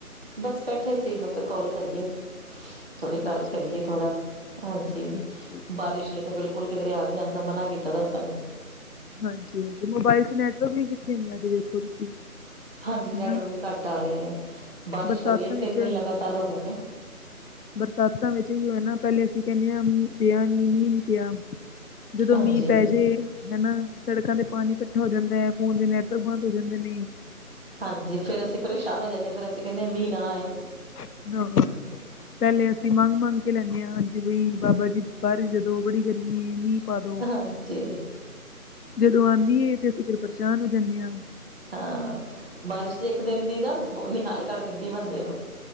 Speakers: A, on the right; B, on the left.
A: ਬਸ ਬੈਠੇ ਸੀ ਮੈਂ ਕਾਲ ਕਰੀਏ। ਥੋੜੀ ਗੱਲ
B: ਅੱਛਾ
A: ਕਰੀਏ
B: ਜੀ,
A: ਥੋੜਾ, ਹਾਂਜੀ
B: ਹਾਂਜੀ।
A: ਬਾਰਿਸ਼ ਨੇ ਤਾਂ ਬਿਲਕੁਲ ਕੋਈ ਕਿਧਰੇ ਆਣ ਜਾਣ ਤੋ ਮਨਾ ਕੀਤਾ ਦਸ ਸਾਨੂੰ
B: ਹਾਂਜੀ, ਮੋਬਾਇਲ ਚ ਨੈਟਵਰਕ ਵੀ ਕਿੱਥੇ ਨੇ ਅੱਜ ਦੇਖੋ ਤੁਸੀਂ
A: ਹਾਂਜੀ, ਨੈਟਵਰਕ
B: ਹਨਾ।
A: ਵੀ ਘੱਟ ਆ ਰਹੇ ਏ, ਬਾਰਿਸ਼
B: ਬਰਸਾਤਾਂ
A: ਹੋ ਰਹੀ ਐ,
B: ਵਿੱਚ
A: ਤਿੰਨ ਦਿਨ ਲਗਾਤਾਰ ਹੋ ਗਏ ਨੇ।
B: ਬਰਸਾਤਾਂ ਵਿੱਚ ਹੀ ਹੋਇਆ ਨਾ ਪਹਿਲੇ ਅਸੀਂ ਕਹਿੰਦੇ ਹਾਂ ਮੀਂਹ ਪਿਆ ਨੀ, ਮੀਂਹ ਨੀ ਪਿਆ। ਜਦੋਂ
A: ਹਾਂਜੀ
B: ਮੀਂਹ ਪੈ ਜੇ ਹੈਨਾ, ਸੜਕਾਂ ਤੇ ਪਾਣੀ ਇਕੱਠਾ ਹੋ ਜਾਂਦਾ ਐ, ਫੋਨ ਦੇ ਨੈਟਵਰਕ ਬੰਦ ਹੋ ਜਾਂਦੇ ਨੇ।
A: ਹਾਂਜੀ, ਫੇਰ ਅਸੀਂ ਪਰੇਸ਼ਾਨ ਹੋ ਜਾਂਦੇ ਆ ਫੇਰ ਅਸੀਂ ਕਹਿੰਦੇ ਹਾਂ ਮੀਂਹ ਨਾ ਆਏ।
B: <unintelligible> ਪਹਿਲੇ ਅਸੀਂ ਮੰਗ-ਮੰਗ ਕੇ ਲੈਂਦੇ ਆ, ਹਾਂਜੀ ਬਈ ਬਾਬਾ ਜੀ ਬਾਰਿਸ਼ ਦੇ ਦੋ ਬੜੀ ਗਰਮੀ ਏ ਇਹਨੀ। ਪਾ ਦੋ,
A: ਹਾਂਜੀ
B: ਜਦੋਂ ਆਂਦੀ ਏ ਤੇ ਅਸੀਂ ਫੇਰ ਪਰੇਸ਼ਾਨ ਹੋ ਜਾਂਦੇ ਆ।
A: ਹਾਂ, ਬਾਰਿਸ਼ ਦੇ ਇੱਕ ਦਿਨ ਦੀ ਨਾ ਬੋਤ ਨਿਹਾਲ ਕਰ ਦਿੰਦੀ ਬੰਦੇ ਨੂੰ।